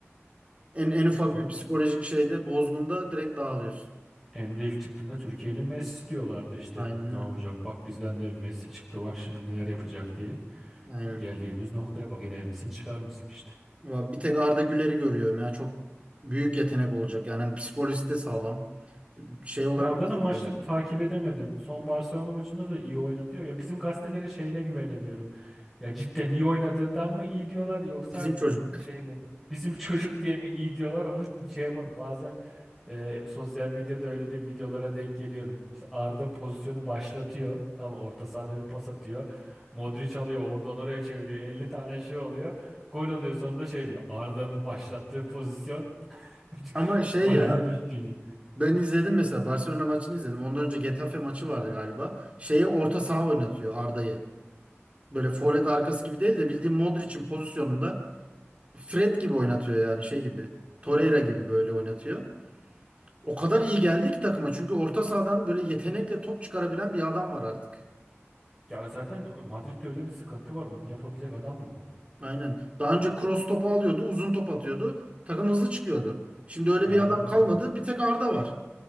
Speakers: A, on the right (about 30°); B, in the centre.
A: En, en ufak
B: Tabii
A: bir psikolojik şeyde bozgunda direkt dağılıyorsun.
B: Emre ilk çıktığında Türkiye'nin Messi diyorlardı işte.
A: Aynen
B: Ne
A: öyle.
B: yapacak? Bak bizden de bir Messi çıktı. Bak şimdi neler yapacak diye.
A: Aynen.
B: E, Geldiğimiz noktaya bak yine Elvis'ini çıkarmışsın işte.
A: Ya bir tek Arda Güler'i görüyorum ya. Çok büyük yetenek olacak. Yani hani psikolojisi de sağlam. Şey olarak
B: Ya Arda'nın
A: da
B: maçları
A: sağlam.
B: takip edemedim. Son Barcelona maçında da iyi oynadı diyor. Ya bizim gazetelerin şeyine güvenemiyorum. Ya cidden iyi oynadığından mı iyi diyorlar yoksa
A: bizim çocuk.
B: şey mi? Bizim <laughs> çocuk diye mi iyi diyorlar onu şey yapamıyorum. Bazen e, sosyal medyada öyle de videolara denk geliyorum. İşte Arda pozisyonu başlatıyor ama orta sahada bir pas atıyor. Modric alıyor oradan oraya çeviriyor. 50 tane şey oluyor. Gol oluyor sonunda şey diyor. Arda'nın başlattığı pozisyon
A: <laughs>
B: <laughs>
A: Ama şey
B: gole
A: ya
B: dönüştü yine.
A: ben izledim mesela Barcelona maçını izledim. Ondan önce Getafe maçı vardı galiba. Şeye orta saha oynatıyor Arda'yı. Böyle forvet arkası gibi değil de bildiğin Modric'in pozisyonunda Fred gibi oynatıyor yani şey gibi. Torreira gibi böyle oynatıyor. O kadar iyi geldi ki takıma. Çünkü orta sahadan böyle yetenekle top çıkarabilen bir adam var artık.
B: Ya zaten o- Madrid'de öyle bir sıkıntı var. Onu yapabilecek adam yok.
A: Aynen. Daha önce cross topu alıyordu, uzun top atıyordu. Takım hızlı çıkıyordu. Şimdi öyle
B: Aynen
A: bir adam
B: öyle.
A: kalmadı. Bir tek Arda var.